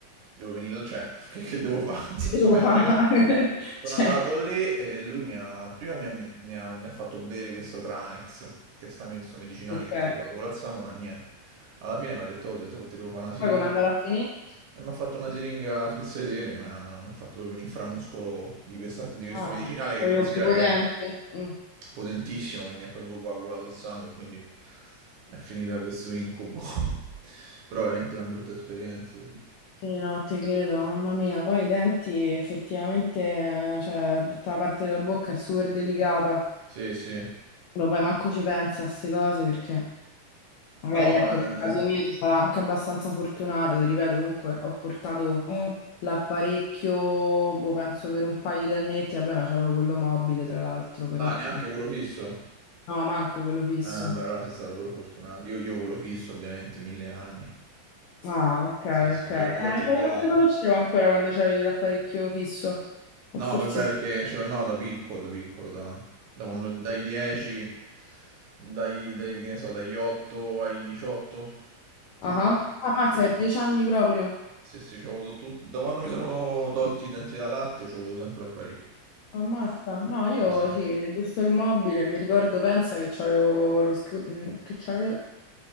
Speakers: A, on the right (about 75°); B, on the left (about 80°).
A: devo venire, cioè, <laughs> che, che devo fare? <laughs> Nel
B: Che
A: senso,
B: devo
A: vengo
B: fare?
A: là.
B: <laughs>
A: Sono
B: Cioè,
A: andato lì e lui mi ha, prima mi ha, mi ha- mi ha fatto bere questo Tranex, che è sta- sto medicinale
B: ok.
A: che ti coagula il sangue, ma niente. Alla fine mi ha detto, oh, te- te- ti devo fare una siringa.
B: Poi come andare a finire?
A: E mi ha fatto una siringa sul sedere, mi ha, mi ha fatto proprio un inframuscolo di questa- di questo
B: Ah,
A: medicinale che
B: proprio
A: considera
B: prepotente.
A: che è
B: Mm.
A: potentissimo, che mi ha proprio coagulato il sangue, e quindi è finita questo incubo. <laughs> Però veramente una brutta esperienza.
B: Sì, no, ti credo, mamma mia. Poi i denti, effettivamente, eh, cioè, tutta la parte della bocca è super delicata.
A: Sì, sì. sì.
B: Uno poi manco ci pensa a queste cose perché magari,
A: No,
B: ecco,
A: eh,
B: nel caso mio sono stata anche abbastanza fortunata. Ti ripeto, comunque, ho portato Mm. l'apparecchio, boh, penso per un paio di annetti. Vabbè, ma c'avevo quello mobile, tra l'altro, però.
A: ah, neanche
B: ecco.
A: quello fisso.
B: No, manco quello fisso.
A: Eh, beh, allora sei stato proprio fortunato. Io, io quello fisso, ovviamente, mille anni.
B: Ah, ok,
A: Sì, sì,
B: ok.
A: io,
B: Eh,
A: io ho tribolato.
B: sai che non ti conoscevo ancora quando c'avevi l'apparecchio fisso. O
A: No,
B: forse
A: vabbè,
B: sì.
A: perché cioè, no, da piccolo, da piccolo, da, da quando, dai 10, dai, dai, che ne so, dagli 8 ai 18, tipo.
B: Ah, ah. Ammazza,
A: C'ho avuto-
B: per dieci anni proprio.
A: Sì, sì, c'ho avuto tutto. Da quando mi sono tolti i denti da latte, c'ho avuto sempre l'apparecchio.
B: Ammazza. No, io
A: Sì, sì.
B: sì, giusto il mobile. Mi ricordo, pensa che c'avevo lo scu- mm, che c'avevo...